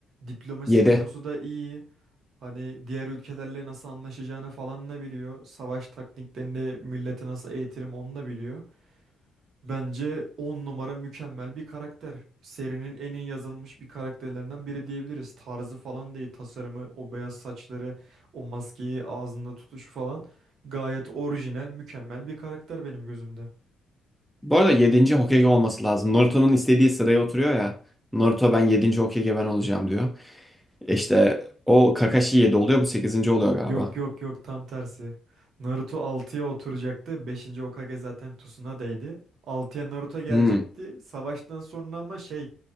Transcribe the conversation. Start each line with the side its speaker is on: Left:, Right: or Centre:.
Right: Diplomasi
Centre: Yedi.
Right: konusu da iyi. Hani diğer ülkelerle nasıl anlaşacağını falan da biliyor. Savaş taktiklerini milleti nasıl eğitirim onu da biliyor. Bence 10 numara mükemmel bir karakter. Serinin en iyi yazılmış bir karakterlerinden biri diyebiliriz. Tarzı falan değil, tasarımı, o beyaz saçları, o maskeyi ağzında tutuşu falan. Gayet orijinal, mükemmel bir karakter benim gözümde.
Centre: Bu arada yedinci Hokage olması lazım. Naruto'nun istediği sıraya oturuyor ya. Naruto ben yedinci Hokage ben olacağım diyor. E İşte o Kakashi 7 oluyor bu sekizinci oluyor galiba.
Right: Yok yok yok tam tersi. Naruto altıya oturacaktı. beşinci Hokage zaten Tsunadeydi. altıya Naruto gelecekti.
Centre: Hmm.
Right: Savaştan sonra ama şey